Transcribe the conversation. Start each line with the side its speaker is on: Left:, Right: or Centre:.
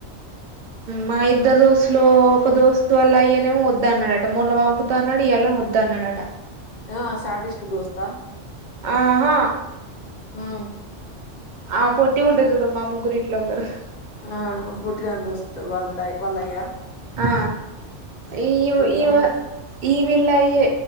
Right: మా ఇద్దరు దోస్తులు ఒక దోస్తు వాళ్ళ అయ్యనేమో వద్దు వద్దు అన్నాడట మొన్న పంపుత అన్నాడు ఇయ్యల వద్దు అన్నాడట
Left: ఆ శాడిస్ట్ దోస్తా
Right: ఆహా
Left: మ్మ్
Right: ఆ పొట్టి ఉంటది చూడు మా ముగ్గిరిట్లో ఒకరు
Left: ఆ పొట్టి దాని దోస్తు వాళ్ళ అయ్యా
Right: ఆ ఈ పొట్టమా
Left: ఏమైందట
Right: వాళ్ళ అయ్యా